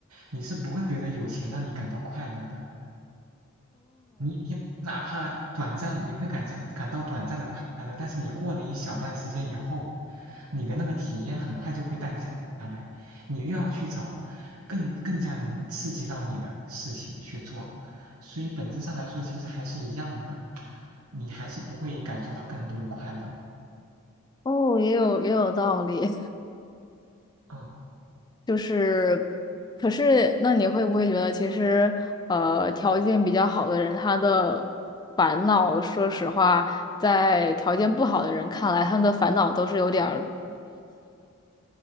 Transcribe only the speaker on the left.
哦，也有也有道理，
就是，可是那你会不会觉得其实呃条件比较好的人，他的烦恼，说实话。在条件不好的人看来，他们的烦恼都是有点儿